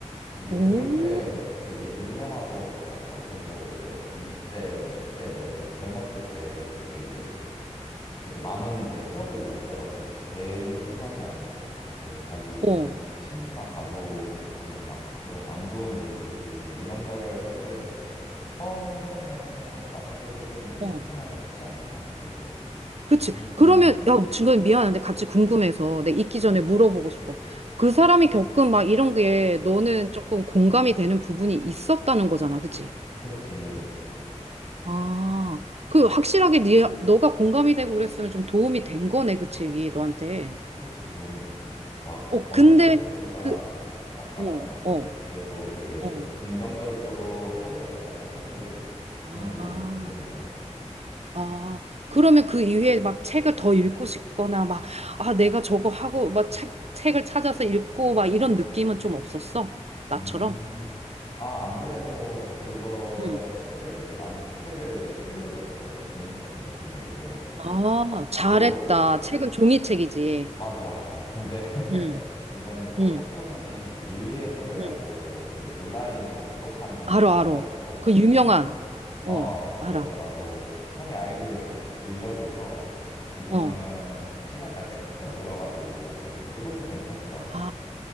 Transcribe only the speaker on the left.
이제
그렇게 되게 유명하고 똑똑한 분도 이제 20대, 30대 뭐 이랬 젊었을 때 되게 이제 되게 많은 이제 트러블이 있었더라고. 개인뿐만이 아니고 이제 자기 주변
친구나 가족 중에 막 그런 안 좋은 일도 있고 이제 이런 거를 사실은 처음에 맞닥뜨렸을 때는 이제
헤쳐나기가 쉽지 않잖아. 근데 이제
교수님이
응,
그렇지.
그렇지, 도움이 됐지. 막
어느
포인트가
딱 말할
순 없어도
그래도 되게
좀 긍정적으로 살려고 약간 태도를 좀
바꾸는 데는 도움이 됐던 것 같아.
음. 아, 안 그래도 그거
책을 이제 나는 그 책을 실물로 샀거든, 종이책으로. 근데 이제
또
맞아. 근데 <laughs>
이번에 또
사촌 형이 밀리의 서재라고
그 온라인으로 구독하는
전자책
서비스가
있거든. 어,
그래서
나도 형이 아이디를 같이 빌려줘서 지금은
시간 날 때 가끔 들어가서 읽고 있거든. 그것도 괜찮더라고.